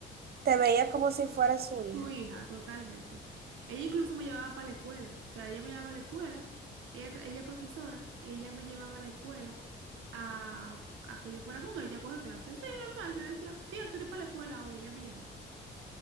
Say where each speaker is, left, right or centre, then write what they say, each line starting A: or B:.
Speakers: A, on the right; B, on the right.
A: Te veía como si fuera su hija.
B: Tu hija, totalmente. Ella incluso me llevaba para la escuela. O sea, ella me llevaba a la escuela. Ella, tra- ella es profesora. Ella me llevaba a la escuela a, a que yo fuera con ella a coger clases. Sí, normal. Yo le decía, tía, quiero ir para la escuela hoy. Ella me llevaba.